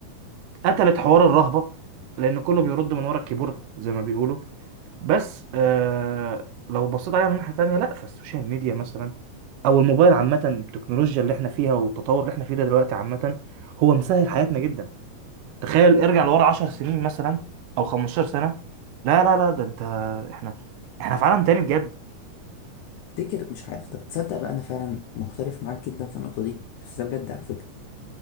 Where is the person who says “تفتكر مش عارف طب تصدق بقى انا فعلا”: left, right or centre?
Left